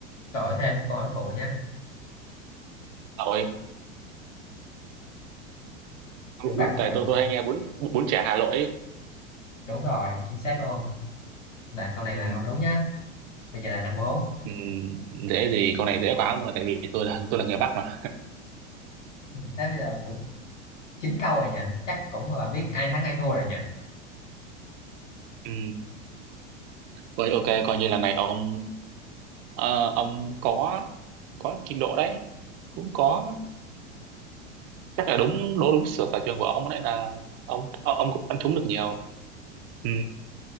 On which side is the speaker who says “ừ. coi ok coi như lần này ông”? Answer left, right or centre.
Right